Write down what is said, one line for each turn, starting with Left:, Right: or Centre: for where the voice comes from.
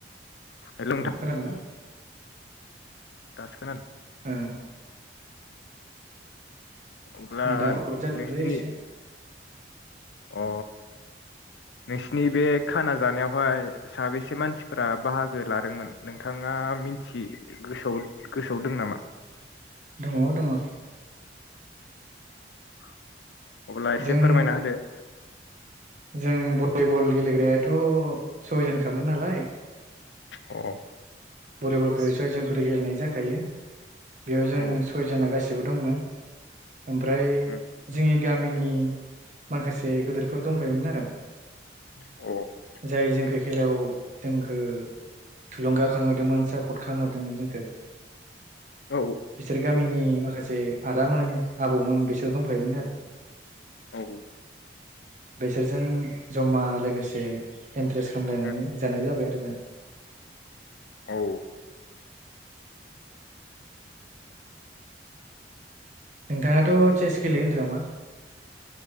Left: हेल' नोंथां
Right: खोनादोंना?
Left: दासो खोनादों।
Right: ओ
Left: अब्ला
Right: नेट प्रब्ल जादोंलै
Left: नोंसोरनि
Right: एसे।
Left: अ नोंसिनि बे खाना जानायावहाय साबेसे मानसिफोरा बाहागो लादोंमोन नोंथाङा मिथि गोसोआव गोसोआव दं नामा?
Right: दङ दङ।
Left: <inaudible> अब्ला एसे
Right: जों
Left: फोरमायना होदो ।
Right: जों भलिबल गेलेग्रायाथ' सयजनखामोन नालाय ।
Left: औ
Right: भलिबलखौ सयजन खरै गेलेनाय जाखायो । बेयाव जों
Left: औ
Right: सयजना गासिबो दंमोन ओमफ्राय
Left: उम
Right: जोंनि गामिनि माखासे गिदोरफोर दंफायोमोन आरो
Left: अ
Right: जाय जोंखौ खेलायाव जोंखौ थुलुंगा खांहदोंमोन सापर्ट खालामहोदोंमोन जोंखौ
Left: औ
Right: बिसोर गामिनि माखासे आदामोन आबौमोन बिसोर दंफायोमोन आरो
Left: औ
Right: बेसोरजों जमा लोगोसे इन्ट्रेस्ट खालामलायनानै
Left: उम
Right: जानाय जाबाय आरो जोंहा ।
Left: औ
Right: नोंथाङाथ' चेस गेलेयो होनदों नामा?